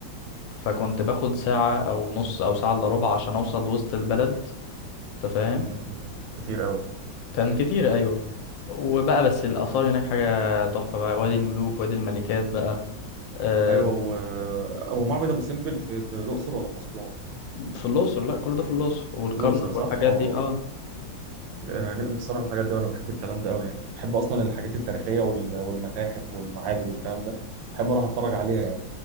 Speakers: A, on the left; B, on the right.
A: فكنت باخد ساعة أو نص أو ساعة إلا ربع عشان أوصل لوسط البلد أنت فاهم
B: مم، مم. كتير أوي
A: كان كتير أيوة وبقى بس الآثار هناك حاجة تحفة بقى وادي الملوك وادي الملكات بقى آه،
B: أيوه و... هو معبد أبو سمبل في... في الأقصر ولا في أسوان؟
A: في الأقصر لا كل ده في الأقصر والكرنك
B: الأقصر صح؟
A: والحاجات
B: آه آه.
A: دي اه
B: أنا نفسي أروح الحاجات دي وأنا بحب الكلام ده أوي يعني بحب أصلا الحاجات التاريخية وال... والمتاحف والمعابد والكلام ده بحب أروح أتفرج عليها